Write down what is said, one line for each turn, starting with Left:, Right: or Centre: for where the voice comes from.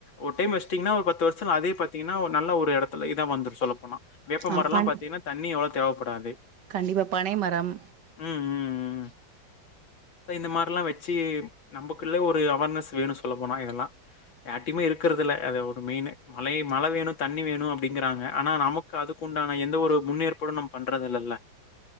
Left: ஒரு டைம் வச்சிட்டீங்கன்னா ஒரு பத்து வருஷத்துல அதே பாத்தீங்கன்னா ஒரு நல்ல ஒரு எடத்துல இதா வந்துரு சொல்ல போனா வேப்பமரலா
Right: ஆ பண்
Left: பாத் ணி அவ்ளோ தேவப்படாது
Right: கண்டிப்பா பனை மரம்
Left: ம், ம், ம். இந்த மாரிலா வச்சு நமக்குள்ள ஒரு அவர்னஸ் வேணு சொல்ல போனா இதெல்லா யார்ட்டயுமே இருக்குறதுல்ல அத ஒரு மெயினு மழ வேணு தண்ணி வேணு அப்டிங்கறாங்க ஆனா நமக்கு அதுக்குண்டான எந் எந்த ஒரு முன்னேற்பாடும் நம் பண்றது இல்லல்ல